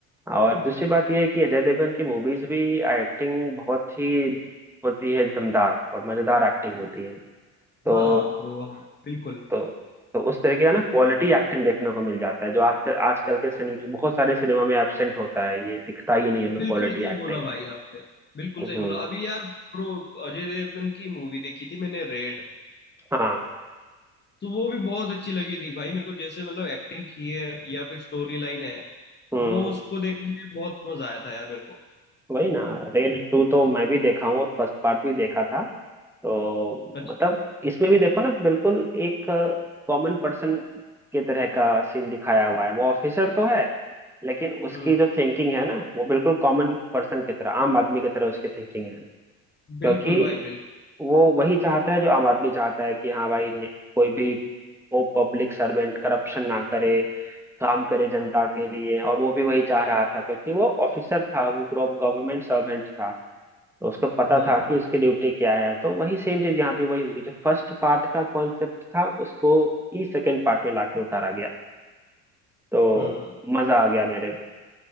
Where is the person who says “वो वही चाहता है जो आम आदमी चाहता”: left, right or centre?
Centre